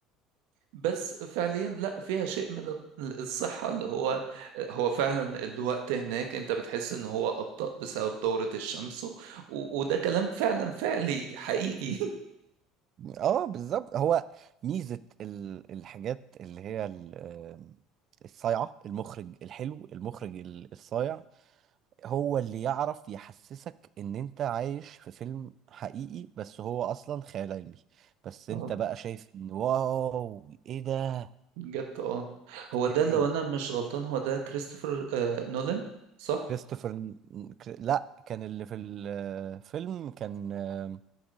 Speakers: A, on the right; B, on the right.
A: بس فعليا لا فيها شيء من ال- الصحة اللي هو هو فعلا الوقت هناك انت بتحس ان هو أبطأ بسبب دورة الشمس و... وده كلام فعلا فعلي حقيقي
B: اه بالظبط هو ميزة ال- الحاجات اللي هي ال- آه، الصايعة المخرج الحلو المخرج ال- الصايع هو اللي يعرف يحسسك ان انت عايش في فيلم حقيقي بس هو اصلا خيال علمي
A: <laughs>
B: بس
A: اه
B: انت بقى شايف ان واو ايه ده
A: بجد اه هو ده
B: ازاي
A: لو انا مش غلطان هو ده كريستوفر آه نولان صح
B: كريستوفر ن- كر- لا كان اللي في الفيلم كان آه،